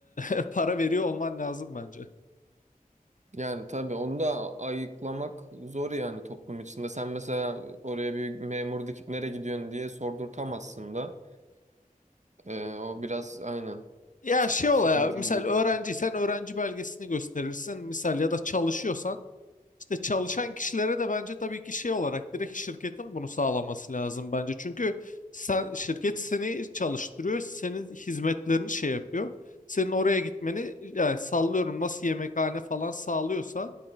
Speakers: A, on the left; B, on the right.
A: e, <laughs> para veriyor olman lazım bence.
B: Yani tabii onu da ayıklamak zor yani toplum içinde. Sen mesela oraya bir memur dikip nereye gidiyorsun diye sordurtamazsın da. E, o biraz aynen.
A: Ya
B: S-
A: şey
B: Sıkıntılı
A: ola ya misal
B: bir konu.
A: öğrenciysen öğrenci belgesini gösterirsin. Misal ya da çalışıyorsan işte çalışan kişilere de bence tabii ki şey olarak direkt şirketin bunu sağlaması lazım bence. Çünkü sen, şirket seni çalıştırıyor, senin hizmetlerini şey yapıyor. Senin oraya gitmeni yani sallıyorum nasıl yemekhane falan sağlıyorsa